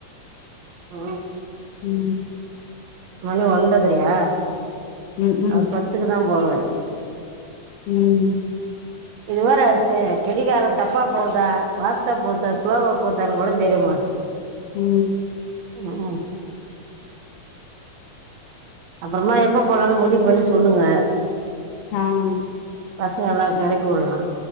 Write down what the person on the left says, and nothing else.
உம்
ம் ம்
உம்
உம்
ஆஹ்